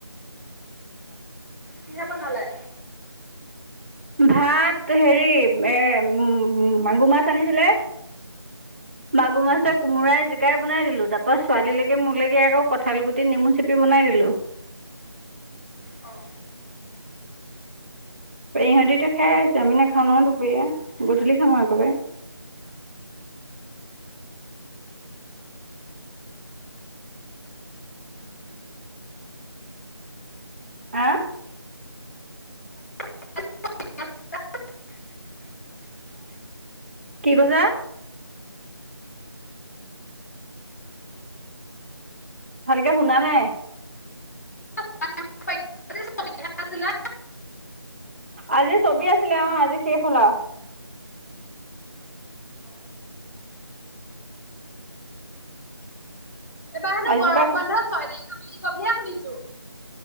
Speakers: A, on the left; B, on the right.
A: কিহে বনালে?
B: ভাত হেৰি এ উম মাগুৰ মাছ আনিছিলে। মাগুৰ মাছে কোমোৰাই যে কে বনাই দিলোঁ। তাৰপৰা ছোৱালীলৈকে মোৰলৈকে আকৌ কঁঠাল গুটি, নেমু চেপি বনাই দিলোঁ। <inaudible>
A: অ'।
B: ইহঁতি এতিয়া খাই আছে। আমি নাখাওঁ নহয় দুপৰীয়া। গধূলি খাম আৰু একেবাৰে। <unintelligible> অ'?
A: <unintelligible>
B: কি কৈছা? ভালকে শুনা নাই।
A: <unintelligible> আছিলে?
B: আজি ছবি আছিলে। অ', আজি শেষ হ'ল আৰু।
A: অ'। এইবাৰ হেনো
B: আজিপা
A: গৰম বন্ধ ছয় তাৰিখ <inaudible> ব বুলিহে শুনিছোঁ।